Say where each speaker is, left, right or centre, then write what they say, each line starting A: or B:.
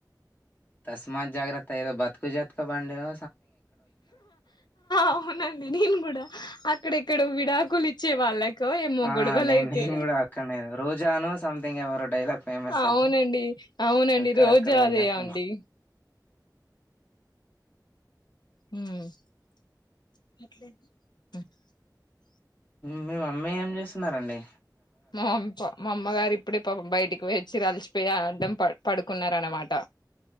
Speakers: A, on the left; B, on the left.
A: తస్మాత్ జాగ్రత్త ఏదో బతుకు జత్కా బండి లో
B: అవునండి నేను కూడా అక్కడెక్కడో విడాకులు ఇచ్చే వాళ్ళకో ఏమో
A: ఆ
B: గొడవలు
A: నేను
B: అయితే
A: నేను కూడా అక్కడనే రోజాను సంథింగ్ ఎవరో డైలాగ్ ఫేమస్
B: అవునండి
A: అది
B: అవునండి
A: అక్కడ
B: రోజా
A: అక్కడ విన్నట్టున్నా
B: అదే అండి మ్
A: మీ మమ్మీ ఏం చేస్ స్తున్నారండి
B: మా మమ్ ప మా అమ్మ గారి ఇ ప్పుడే పాపం బయటికి పోయి వచ్చిరు అలిసిపోయి అడ్డం ప-పడుకున్నారు అన్నమాట